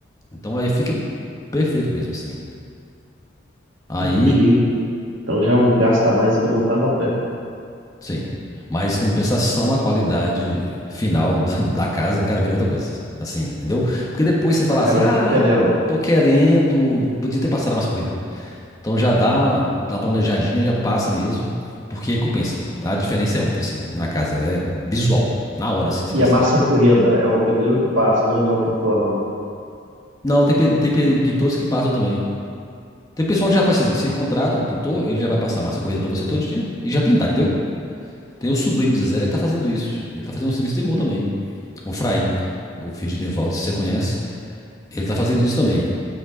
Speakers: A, on the left; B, on the right.
A: Então aí fica perfeito mesmo assim. Aí
B: entendi. Então já é um gasto a mais que eu não tava prevendo.
A: Sim. Mas em compensação, a qualidade final da da casa, cara, vira outra coisa. Assim, entendeu? Porque depois você fala
B: Ah, cara,
A: assim,
B: eu
A: ah,
B: tô querendo.
A: tô querendo, podia ter passado mais corrida. Então já dá, dá uma planejadinha, já passa mesmo, porque compensa. A diferença é outra, assim, na casa. É visual. Na hora, assim, você percebe.
B: E a massa corrida? É o pedreiro que passa, né? Não é o pintor, não.
A: Não, tem, pe- tem pe- pintores que passam também. Tem pessoal que já passa assim, você contrata um pintor, ele já vai passar a massa corrida pra você todinha e já pintar, entendeu? Tem o sobrinho de Zé, ele tá fazendo isso. Ele tá fazendo um serviço de mão também. o Fraim, o filho de Nivaldo, se você conhece, ele tá fazendo isso também.